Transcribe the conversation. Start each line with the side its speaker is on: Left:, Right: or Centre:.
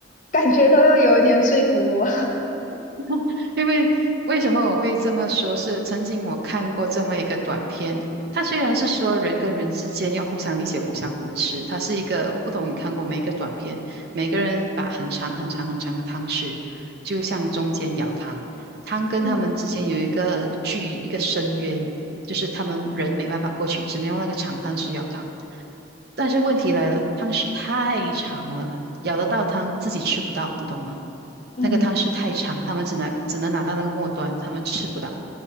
Left: 感觉都要有一点说服我，
Right: <laughs> 因为为什么我会这么说？是曾经我看过这么一个短片，它虽然是说人跟人之间要互相理解、互相扶持，它是一个我不懂你看过没？一个短片，每个人把很长很长很长的汤匙，就向中间舀汤，汤跟他们之间有一个距一个深渊，
Left: <laughs> 嗯
Right: 就是他们人没办法过去，只能用那个长汤匙舀汤。但是问题来了，汤匙太长了，舀得到汤自己吃不到，你懂吗？
Left: 嗯
Right: 那个汤匙太长，他们只拿只能拿到那个末端，他们吃不到。